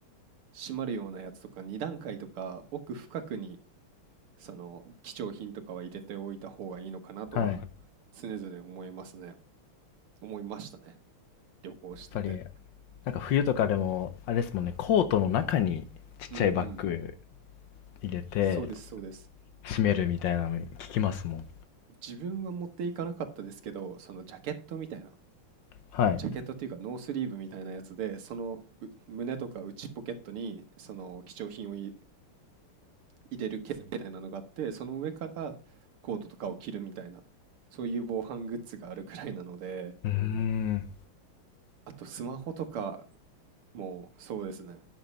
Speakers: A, on the right (about 80°); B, on the left (about 65°).
A: 閉まるようなやつとか2段階とか奥深くにその貴重品とかは入れておいた方がいいのかなとは
B: はい。やっ
A: 常々思いますね。思いましたね。旅行してて。
B: ぱり、なんか冬とかでも、あれですもんね、コートの中にちっちゃいバッグ
A: うんうん。
B: 入れて、
A: そうです、そうです。
B: 閉めるみたいなの聞きますもん。
A: 自分は持っていかなかったですけど、そのジャケットみたいな、
B: はい。
A: ジャケットっていうかノースリーブみたいなやつで、そのう胸とか内ポケットにその貴重品をい入れるケースみたいなのがあって、その上からコートとかを着るみたいな、そういう防犯グッズがあるくらいなので、
B: うーん。
A: あとスマホとかもうそうですね。